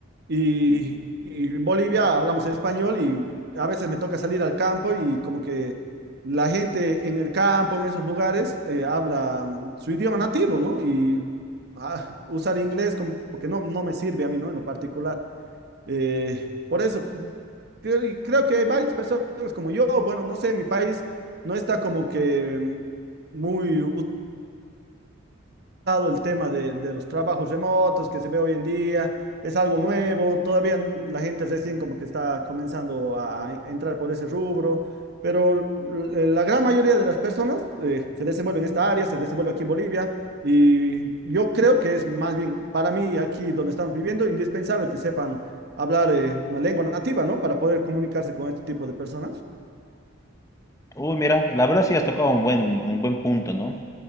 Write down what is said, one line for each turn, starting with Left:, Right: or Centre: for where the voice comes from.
Right: Y, y en Bolivia hablamos español y a veces me toca salir al campo y como que la gente en el campo, en esos lugares, eh, habla mm, su idioma nativo, ¿no? Y ah, usar inglés como que no, no me sirve a mí, ¿no? En lo particular. Eh, por eso, mm, creo, y creo que hay varias personas como yo, bueno, no sé, mi país no está como que mm, muy el tema de, de los trabajos remotos que se ve hoy en día, es algo nuevo, todavía la gente recién como que está comenzando a entrar por ese rubro, pero la gran mayoría de las personas eh, se desenvuelven en esta área, se desenvuelve aquí en Bolivia y yo creo que es más bien para mí aquí donde estamos viviendo indispensable que sepan hablar eh, una lengua nativa, ¿no? Para poder comunicarse con este tipo de personas.
Left: Uy, mira, la verdad sí has tocado un buen, un buen punto, ¿no?